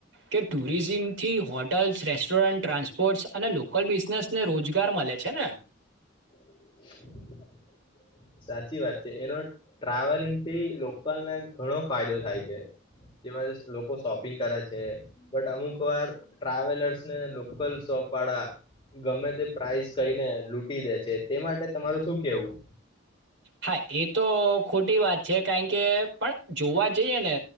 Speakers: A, on the right; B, on the left.
A: કે ટુરિઝીમ થી હોટલ્સ રેસ્ટોરન્ટ ટ્રાન્સ પોર્ટસ અને લોકલ બિઝનેસને રોજ ગાર મલે છે ને
B: <inaudible> સાચી વાત છે એનો ટ્રાવેલિંગ થી લોકલને ઘણો ફાયદો થાય છે જેમાંથી લોકો શોપિંગ કરે છે બટ અમુક વાર ટ્રાવેલર્સ ને લોકલ શોપ વાળા ગમે તે પ્રાઈસ કઈને લૂટી દે છે તે માટે તમારું શું કેવું
A: હા એ તો ખોટી વાત છે કારણ કે પણ જોવા જઈએ ને